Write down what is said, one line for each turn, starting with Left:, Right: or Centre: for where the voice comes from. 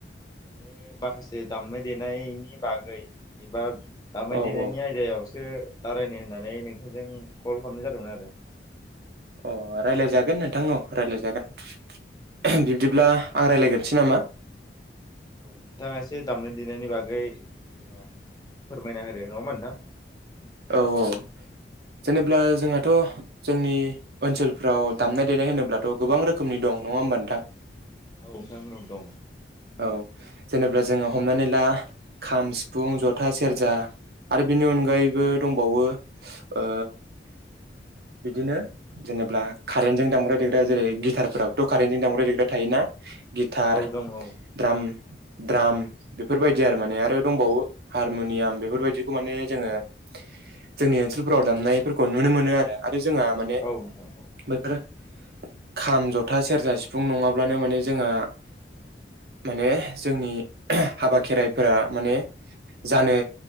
Left: बे माखासे दामनाय देनायनि बागै एबा दामनाय
Right: औ
Left: देनायनि
Right: औ
Left: आयदायावसो रायलायनो होननानै नोंथांजों कल खालामनाय जादोंमोन आरो
Right: अ रायलायजागोन नोंथां औ रायलायजागोन बि बिदिब्ला
Left: होमबा
Right: आं रायलायग्रोनोसै नामा
Left: औ नोंथाङा एसे दामनाय देनायनि बागै जेनेबा फोरमायना होदो नङा होमबा नोंथां?
Right: औ औ जेनेब्ला
Left: औ नोंथां।
Right: जोंहाथ' जोंनि ओनसोलफ्राव दामनाय देनाय होनोब्लाथ' गोबां रोखोमनि दं नङा होमबा नोंथां
Left: औ नोंथां औ दं
Right: औ जेनेबा जोङो हमनानै ला खाम सिफुं जथा सेरजा आरो बिनि अनगायैबो दंबावो ओ बिदिनो जेनेबा कारेन्टजों दामब्राय देग्रा जेरै गिटारफोराबोथ' कारेन्टजों दामग्रा देग्रा थायोना। गिथार
Left: औ दं औ
Right: द्राम द्राम बेफोरबायदि आरो माने आरो दंबावो हारमुनियाम बेफोरबायदि बिदिखौ माने जोङो जोंनि ओनसोलफोराव दामनायफोरखौ नुनो मोनो आरो आ जोंहा माने
Left: औ नोंथां औ।
Right: बेैफोरो खाम जथा सेरजा सिफुं नङाब्लानो माने जोंहा माने जोंनि हाबा खेराइफोरा माने जानो।